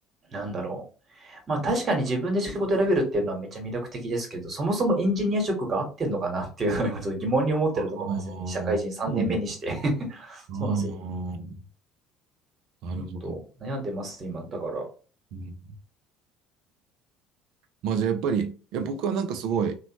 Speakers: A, on the right; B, on the right.
A: なんだろう。まあ確かに自分で仕事選べるっていうのはめっちゃ魅力的ですけど、そもそもエンジニア職が合ってんのかなっていうのを <laughs> 今ちょっと疑問に思ってるところなんですよね。
B: ああ、そうなんですね。
A: 社会人3年目にして <laughs>
B: ああ、
A: そうなんですよ。
B: なるほど。
A: ちょっと悩んでます、今。だから。
B: うん。まあじゃあやっぱり、いや僕はなんかすごい、